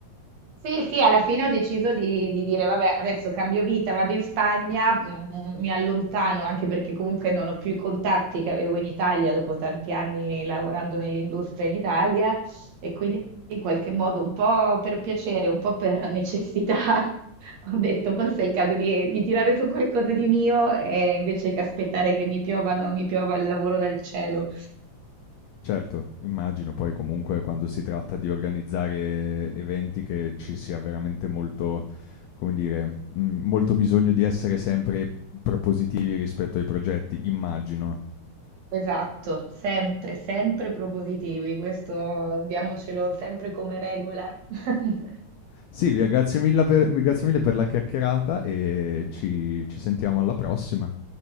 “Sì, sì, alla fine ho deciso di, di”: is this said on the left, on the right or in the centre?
Right